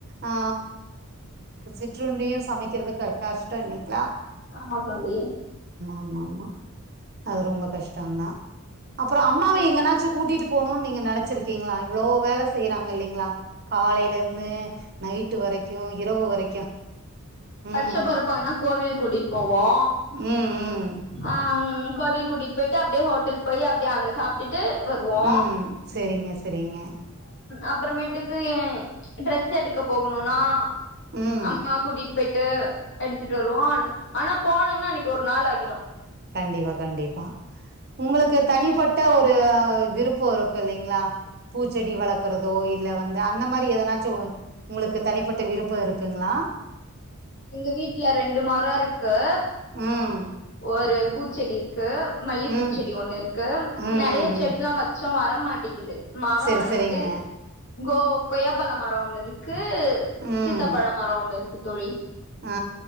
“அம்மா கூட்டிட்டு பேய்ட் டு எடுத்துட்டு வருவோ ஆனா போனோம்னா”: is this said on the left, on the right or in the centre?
Left